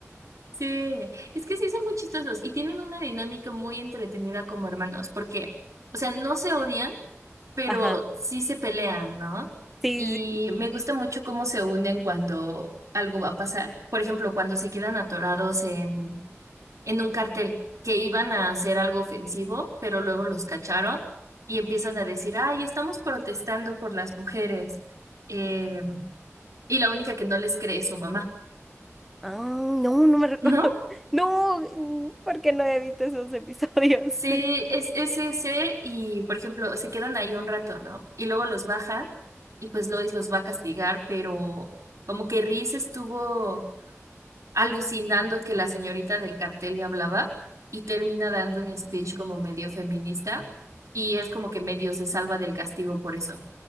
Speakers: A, on the right (about 85°); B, in the centre.
A: Sí, es que sí son muy chistosos y tienen una dinámica muy entretenida como hermanos, porque, o sea, no se odian, pero
B: Ajá,
A: sí se pelean, ¿no?
B: sí,
A: Y
B: sí.
A: me gusta mucho cómo se unen cuando algo va a pasar. Por ejemplo, cuando se quedan atorados en en un cartel que iban a hacer algo ofensivo, pero luego los cacharon y empiezan a decir, ay, estamos protestando por las mujeres. eh, y la única que no les cree es su mamá,
B: Ah, no, no me recuerdo.
A: ¿no?
B: <laughs> No, porque no he visto esos episodios?
A: Sí,
B: <laughs>
A: es, es ese y, por ejemplo, se quedan ahí un rato, ¿no? Y luego los bajan y pues Lois los va a castigar, pero como que Reese estuvo alucinando que la señorita del cartel le hablaba y termina dando un speech como medio feminista y es como que medio se salva del castigo por eso.